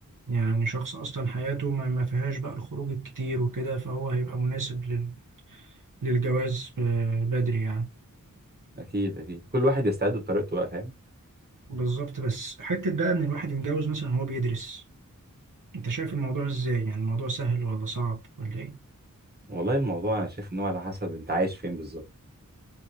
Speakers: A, on the right; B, on the right.
A: يعني شخص أصلا حياته ما ما فيهاش بقى الخروج الكتير وكده فهو هيبقى مناسب لل... للجواز آه، بدري يعني
B: اكيد اكيد كل واحد يستعد بطريقته بقى فاهم
A: بالظبط بس حتة بقى إن الواحد يتجوز مثلا وهو بيدرس أنت شايف الموضوع إزاي يعني الموضوع سهل ولا صعب ولا إيه
B: والله الموضوع انا شايف ان هو على حسب انت عايش فين بالظبط